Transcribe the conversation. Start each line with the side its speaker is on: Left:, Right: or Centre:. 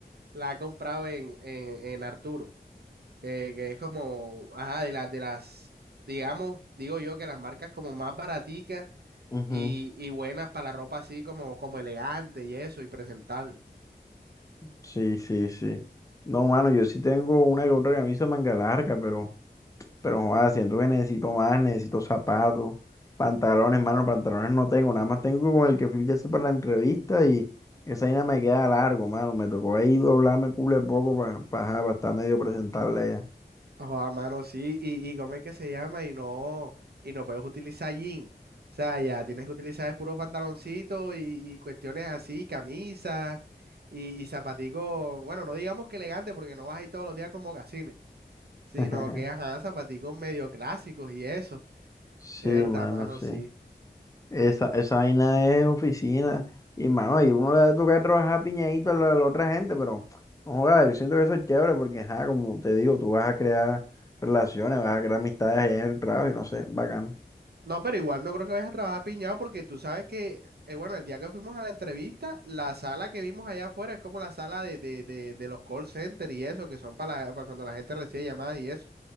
Right: la he comprado en, en, en Arturo, que, que es como, ajá, de las, de las, digamos, digo yo que las marcas como más baraticas
Left: Ujú.
Right: y, y buenas para la ropa así como, como elegante y eso, y presentable.
Left: Sí, sí, sí. No, mano, yo sí tengo una que otra camisa de manga larga, pero, pero joder, siento que necesito más, necesito zapatos, pantalones, mano, pantalones no tengo, nada más tengo con el que fui ya para la entrevista y esa vaina me queda largo, mano. Me tocó ahí doblarme culo de poco para, para, estar medio presentable ya.
Right: Joder, mano, sí, y, y ¿cómo es que se llama? Y no, y no puedes utilizar jean. O sea, ya tienes que utilizar es puro pantaloncito y, y cuestiones así, camisas y, y zapaticos, bueno, no digamos que elegante porque no vas ahí todos los días con mocasines, sino
Left: <laughs>
Right: que, ajá, zapaticos medio clásicos y eso.
Left: Sí,
Right: De verdad,
Left: mano,
Right: mano,
Left: sí.
Right: sí.
Left: Esa, esa vaina es oficina. Y, mano, ahí uno le va a tocar trabajar piñadito a la, a la otra gente, pero no joda, yo siento que eso es chévere porque, ajá, como te digo, tú vas a crear relaciones, vas a crear amistades allá en el trabajo y no sé, bacano.
Right: No, pero igual no creo que vayas a trabajar piñado porque tú sabes que, eh, bueno, el día que fuimos a la entrevista, la sala que vimos allá afuera es como la sala de, de, de, de los call centers y eso, que son para, la- para cuando la gente recibe llamadas y eso.